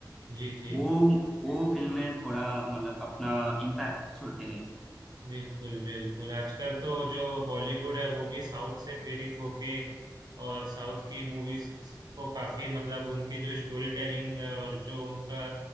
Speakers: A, on the right; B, in the centre.
A: जी जी
B: वो वो फिल्में थोड़ा मतलब अपना इम्पैक्ट छोड़ के गई थी
A: बिल्कुल बिल्कुल आजकल तो जो बॉलीवुड है वो भी साउथ से प्रेरित होके और साउथ की मूवीज को काफी मतलब उनकी जो स्टोरी टेलिंग और जो उनका